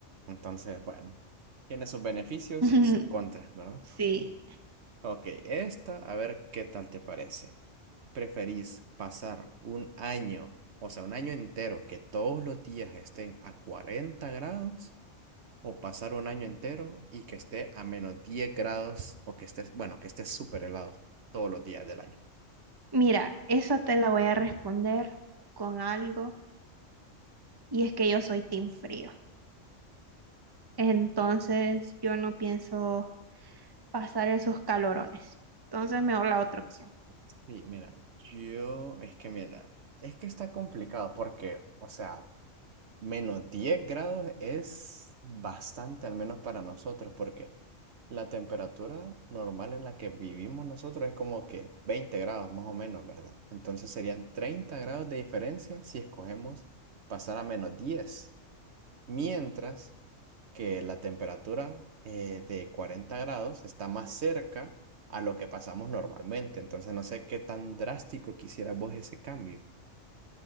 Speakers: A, on the right; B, on the right.
A: Entonces, bueno, tiene sus beneficios
B: <laughs>
A: y sus contras, ¿verdad?
B: Sí,
A: Ok, esta, a ver qué tal te parece. preferís pasar un año, o sea, un año entero que todos los días estén a 40 grados o pasar un año entero y que esté a menos 10 grados o que estés, bueno, que esté súper helado todos los días del año?
B: mira, esa te la voy a responder con algo y es que yo soy team frío. Entonces yo no pienso pasar esos calorones. Entonces mejor la otra opción.
A: Sí, mira, yo, es que mira, es que está complicado porque, o sea, menos 10 grados es bastante, al menos para nosotros, porque La temperatura normal en la que vivimos nosotros es como que 20 grados más o menos, ¿verdad? Entonces serían 30 grados de diferencia si escogemos pasar a menos 10, mientras que la temperatura eh, de 40 grados está más cerca a lo que pasamos normalmente. Entonces no sé qué tan drástico quisieras vos ese cambio.